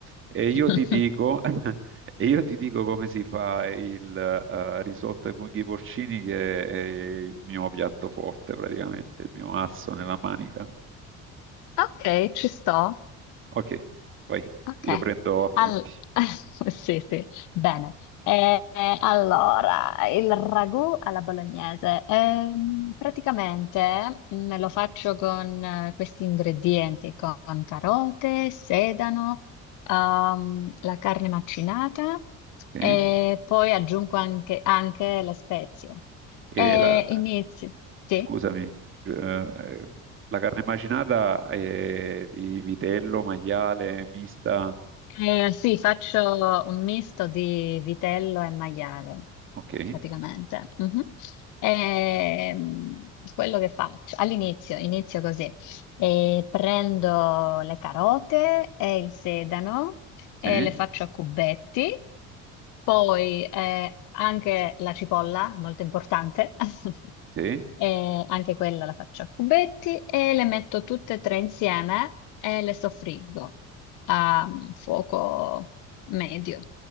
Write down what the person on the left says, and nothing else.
<laughs>
Ok, ci sto.
Ok,
Al- <laughs> sì, sì, bene. Eh, eh, allora, il ragù alla bolognese. Ehm, praticamente me lo faccio con eh, questi ingredienti, con carote, sedano, ehm, la carne macinata
e poi aggiungo anche, anche le spezie.
E
inizi, sì?
Eh, sì, faccio un misto di vitello e maiale,
praticamente. Mhm. Ehm, quello che faccio all'inizio, inizio così, Eh, prendo le carote e il sedano
e le faccio a cubetti, poi eh, anche la cipolla, molto importante, <laughs>
E anche quella la faccio a cubetti e le metto tutte e tre insieme e le soffriggo a fuoco medio.